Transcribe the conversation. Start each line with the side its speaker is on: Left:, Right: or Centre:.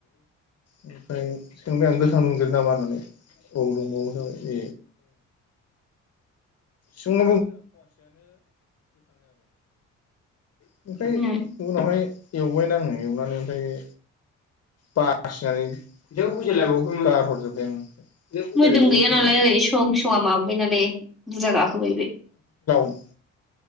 Left: ओमफ्राय सोंबाय आं गोथां दंदेरो नामा होननानै? औ दंबावो जाबाय ए सान <unintelligible> ओमफ्राय।
Centre: उम
Left: ओमफ्राय एवबायना आङो एवनानै ओमफ्राय बासिनानै गाहरजोबबाय आङो
Centre: मोदोम गैया नालाय ओरै सं सङा माबाबाय नालाय बुरजा गाखोबाय बे
Left: । <unintelligible>